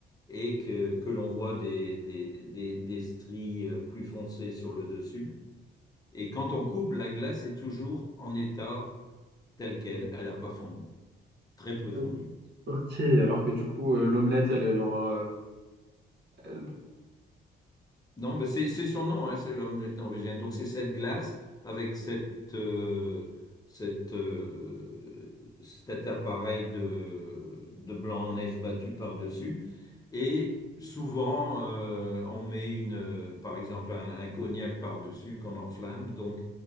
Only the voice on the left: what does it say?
et que, que l'on voit des, des, des, des stries euh, plus foncées sur le dessus. Et quand on coupe, la glace est toujours en état tel quel. Elle n'a pas fondu, très peu fondu.
Non, ben c'est c'est son nom, hein, c'est l'omelette norvégienne. Donc c'est cette glace avec cette, euh, cette, euh, cet appareil de, de blanc en neige battu par-dessus. Et souvent, euh, on met une, euh, par exemple un, un cognac par-dessus qu'on enflamme. Donc